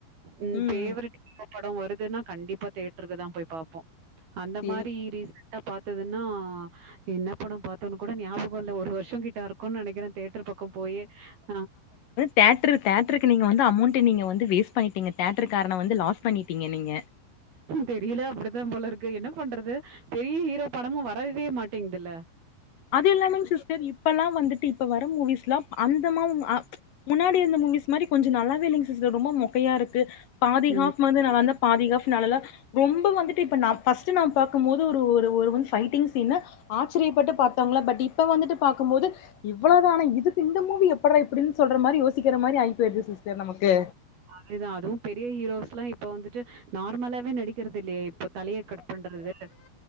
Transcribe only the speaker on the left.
ம்
சேரி
தேட்ரு தேட்ருக்கு நீங்க வந்து அமௌண்ட் நீங்க வந்து வேஸ்ட் பண்ணிட்டீங்க தேட்ரு காரன வந்து லாஸ் பண்ணிட்டீங்க நீங்க
அது எல்லாமே சிஸ்டர் இப்பலாம் வந்துட்டு இப்ப வந்து வர மூவிஸ்ல அந்த மா வூ ஹ முன்னாடி இருந்த மூவிஸ் மாரி கொஞ்சம் நல்லாவே இல்லங் சிஸ்டர் ரொம்ப மொக்கையா இருக்கு பாதி
ஹாஃப் வந்து நான வந்த பாதி ஹாஃப் நல்லால ரொம்ப வந்துட்டு இப்ப நா ஃபஸ்ட் நாம பாக்கும்போதுஒரு ஒரு ஃபைட்டிங் சீனு ஆச்சரியப்பட்டு பாத் இருங்களா பட் இப்ப வந்துட்டு பாக்கும்போது இவ்வளவுதானா இது இந்த மூவி எப்றா இப்டின்னு சொல்ற மாரி யோசிக்கிற மாரி ஆயி போயிடுது சி்ஸ்டர் நமக்கு